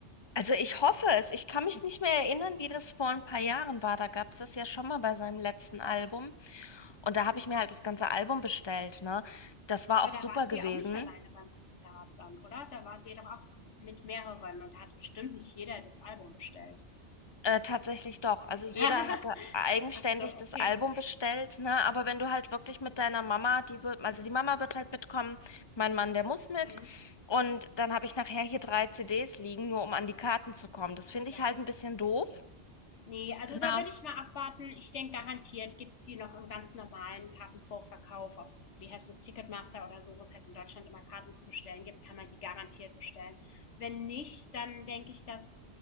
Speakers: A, on the left; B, on the left.
A: Also ich hoffe es. Ich kann mich nicht mehr erinnern, wie das vor ein paar Jahren war. Da gab es das ja schon mal bei seinem letzten Album. Und da habe ich mir halt das ganze Album bestellt, ne? Das war
B: Aber
A: auch
B: da
A: super
B: warst
A: gewesen.
B: du ja auch nicht alleine beim Konzert dann, oder? Da wart ihr doch auch mit mehreren und da hatte bestimmt nicht jeder das Album bestellt.
A: Äh, tatsächlich doch. Also jeder
B: <laughs>
A: hatte eigenständig
B: Ach so,
A: das
B: okay.
A: Album bestellt, ne? Aber wenn du halt wirklich mit deiner Mama, die wird, also die Mama wird halt mitkommen, mein Mann, der muss mit.
B: Hm.
A: Und dann habe ich nachher hier drei CDs liegen, nur um an die Karten zu kommen. Das finde
B: Ja,
A: ich halt
B: das
A: ein
B: ist
A: bisschen
B: doof.
A: doof.
B: Nee, also
A: Genau.
B: da würde ich mal abwarten. Ich denke, garantiert gibt's die noch im ganz normalen Kartenvorverkauf auf, wie heißt das, Ticketmaster oder so, wo es halt in Deutschland immer Karten zu bestellen gibt, kann man die garantiert bestellen. Wenn nicht, dann denke ich, dass